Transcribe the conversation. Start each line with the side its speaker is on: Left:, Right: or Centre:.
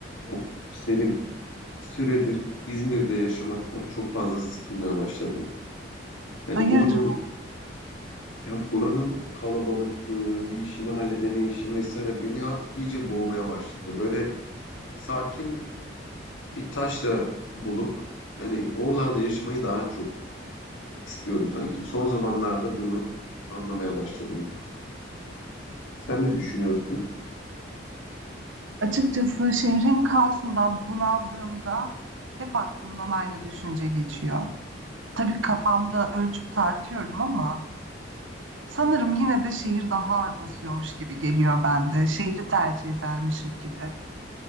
Left: Of Selin, bir süredir İzmir'de yaşamaktan çok fazla sıkılmaya başladım. Yani
Right: Hayırdır?
Left: buranın ya buranın kalabalıklığı, bir işimi halledemeyişim mesela beni artık iyice boğmaya başladı. Böyle sakin bir taşra bulup hani oralarda yaşamayı daha çok istiyorum sanki. Son zamanlarda bunu anlamaya başladım. Sen ne düşünüyorsun?
Right: Açıkçası şehrin kaosundan bunaldığımda hep aklımdan aynı düşünce geçiyor. Tabii kafamda ölçüp tartıyorum ama sanırım yine de şehir daha ağır basıyormuş gibi geliyor bende. Şehri tercih edermişim gibi.